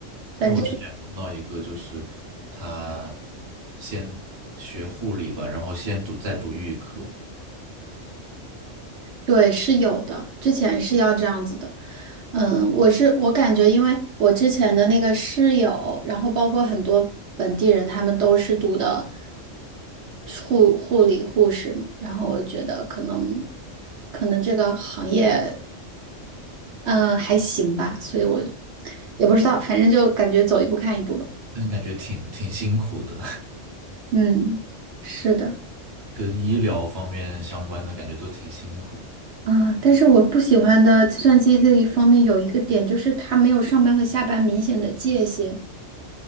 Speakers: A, on the right (about 65°); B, on the right (about 25°).
A: 反正。
B: 因为我之前碰到一个，就是他先学护理吧，然后先读再读预科，
A: 对，是有的，之前是要这样子的。嗯，我是我感觉，因为我之前的那个室友，然后包括很多本地人，他们都是读的护护理护士嘛，然后我觉得可能可能这个行业，嗯，还行吧，所以我也不知道，反正就感觉走一步看一步吧。
B: 但感觉挺挺辛苦的，
A: 嗯，是的，
B: <laughs> 跟医疗方面相关的感觉都挺辛苦的
A: 啊，但是我不喜欢的计算机这一方面有一个点，就是它没有上班和下班明显的界限。